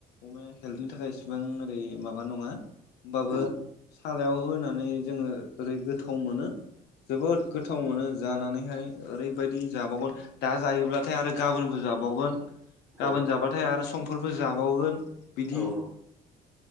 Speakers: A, on the left; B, in the centre.
A: अमाया हेल्थनि थाखाय इसेबां ओरै माबा नङा होमबाबो
B: उम
A: सालायाव होनानै जोङो ओरै गोथाव मोनो जोबोद गोथाव मोनो जानानैहाय ओरैबायदि जाबावगोन दा जायोब्लाथाय आरो गाबोनबो जाबानो
B: औ
A: गाबोन जाबाथाय आरो समफोरबो जाबावगोन बिदि
B: औ औ